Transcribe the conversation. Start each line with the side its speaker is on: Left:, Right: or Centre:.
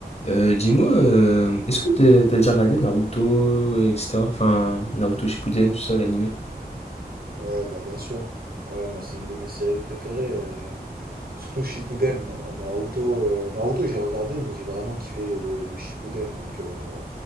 Left: Euh, dis-moi, euh, est-ce que t'as t'as déjà regardé Naruto, euh, etc. Enfin, Naruto Shippuden, tout ça, l'animé.
Right: Ouais, bah bien sûr. Ouais, moi c'est une de mes séries préférées. euh, Surtout Shippuden, Naruto. euh, Naruto j'ai regardé, mais j'ai vraiment kiffé le, le Shippuden, donc euh,